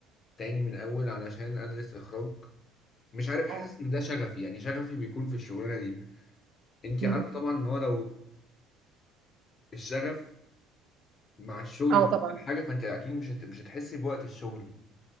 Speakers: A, on the left (about 30°); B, on the right (about 50°).
A: تاني من اول علشان ادرس اخراج مش عارف حاسس
B: اه
A: ان ده شغفي يعني شغفي بيكون في الشغلانه دي انت
B: مم.
A: عارفه طبعا ان هو لو الشغف مع الشغل
B: اه
A: في
B: طبعا
A: حاجه فانت اكيد مش هت- مش هتحسي بوقت الشغل